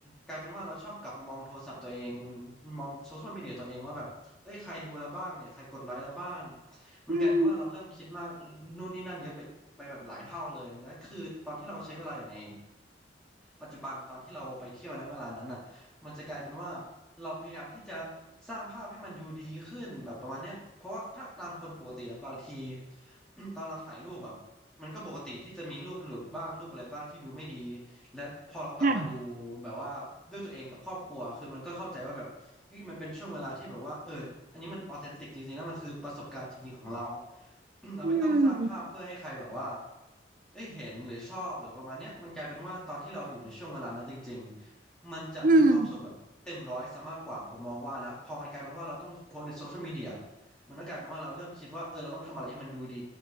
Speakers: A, in the centre; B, on the right.
A: กลายเป็นว่าเราชอบกลับมามองโทรศัพท์ตัวเองมองโซเชียลมีเดียตัวเองว่าแบบเอ้ยใครดูแล้วบ้างเนี่ยใครกดไลค์แล้วบ้างมันกลายเป็นว่าเราเริ่มคิดมาก
B: อืม
A: นู่นนี่นั่นเยอะไปไปแบบหลายเท่าเลยแล้วคือตอนที่เราใช้เวลาอยู่ใน ปัจจุบันตอนที่เราไปเที่ยวในเวลานั้นน่ะมันจะกลายเป็นว่าเราพยายามที่จะสร้างภาพให้มันดูดีขึ้นแบบประมาณเนี้ยเพราะว่าถ้าตามคนปกติแล้วบางที <clears throat> ตอนเราถ่ายรูปอ่ะมันก็ปกติที่จะมีรูปหลุดบ้างรูปอะไรบ้างที่ดูไม่ดีและพอเรากลับมาดู
B: ค่ะ
A: แบบว่าด้วยตัวเองกับครอบครัวคือมันก็เข้าใจว่าแบบเฮ้ยมันเป็นช่วงเวลาที่แบบว่าเอออันนี้มันออเทนติกจริงๆนะมันคือประสบการณ์จริงๆของเรา <clears throat> เราไม่ต้องสร้างภาพเพื่อให้ใครแบบว่า
B: อืม
A: เอ้ยเห็นหรือชอบหรือประมาณเนี้ยมันกลายเป็นว่าตอนที่เราอยู่ในช่วงเวลานั้นจริงๆมันจะมีความสุขแบบเต็มร้อยซะมากกว่าผมมองว่านะพอมันกลายเป็นว่าเราต้องโพสต์ในโซเชียลมีเดีย
B: อืม
A: มันก็กลายเป็นว่าเราเริ่มคิดว่าเออเราต้องทำอะไรให้มันดูดี